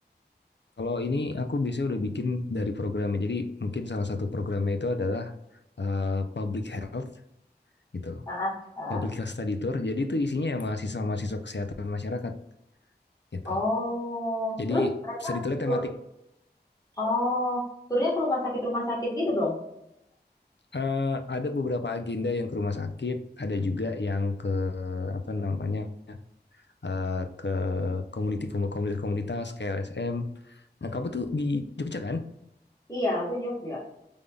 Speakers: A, on the left; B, on the left.
A: Kalau ini aku biasanya udah bikin dari programnya. Jadi mungkin salah satu programnya itu adalah uh, public health gitu.
B: Ah, ah,
A: Public
B: ah.
A: health study tour. Jadi itu isinya ya mahasiswa-mahasiswa kesehatan masyarakat gitu.
B: Oh,
A: Jadi
B: terus mereka
A: study tournya
B: tur,
A: tematik.
B: oh, turnya ke rumah sakit-rumah sakit gitu dong?
A: Eh, ada beberapa agenda yang ke rumah sakit, ada juga yang ke apa namanya eh, ke community komunitas-komunitas kayak LSM. Nah, kamu tuh di Jogja kan?
B: Iya, aku Jogja.